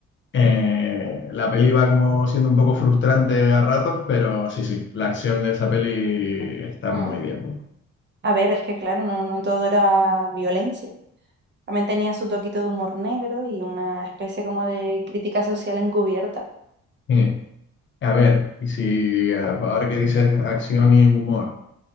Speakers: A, on the left; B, on the right.
A: Eh, la peli va como siendo un poco frustrante a ratos, pero sí, sí, la acción de esa peli está
B: Mm.
A: muy bien.
B: A ver, es que claro, no, no todo era violencia. También tenía su toquito de humor negro y una especie como de crítica social encubierta.
A: Eh, a ver, y si eh, ahora que dices acción y humor.